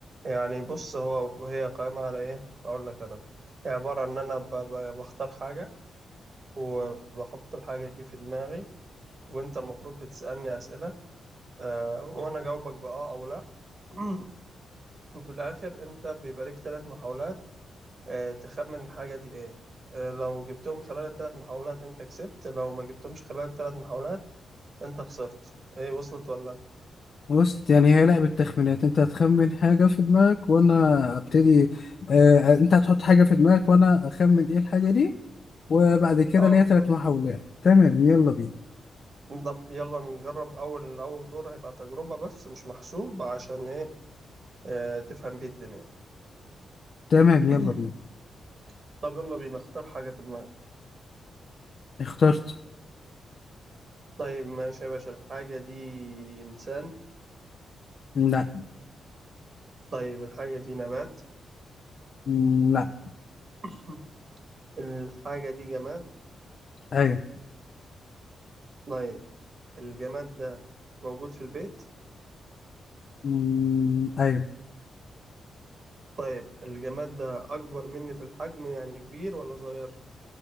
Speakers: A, on the right (about 50°); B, on the left (about 55°).
A: يعني بص هو هي قائمة على إيه أقول لك أنا هي عبارة عن إن أنا ب- ب- بختار حاجة وبحط الحاجة دي في دماغي وأنت المفروض بتسألني أسئلة آه، وأنا جاوبك بأه أو لأ <clears throat> وفي الآخر أنت بيبقى ليك ثلاث محاولات آه، تخمن الحاجة دي ايه آه، لو جبتهم خلال الثلاث محاولات انت كسبت لو ما جبتهمش خلال الثلاث محاولات انت خسرت ايه وصلت ولا
B: بص يعني هي لعبة تخمينات انت هتخمن حاجة في دماغك وانا ابتدي اه انت هتحط حاجة في دماغك وانا اخمن ايه الحاجة دي وبعد كده
A: اه
B: ليا
A: بالظبط
B: ثلاث محاولات تمام يلا بينا
A: طب يلا نجرب اول اول دور هيبقى تجربة بس مش محسوب عشان ايه آه، تفهم بيه الدنيا
B: تمام
A: <clears throat>
B: يلا بينا
A: طب يلا بينا اختار حاجة في دماغك
B: اخترت
A: طيب ماشي يا باشا الحاجة دي انسان
B: لا
A: طيب الحاجة دي نبات
B: مم، لا
A: <clears throat> الحاجة دي جماد
B: ايوه
A: طيب الجماد ده موجود في البيت
B: مم، ايوه
A: طيب الجماد ده أكبر مني في الحجم يعني كبير ولا صغير؟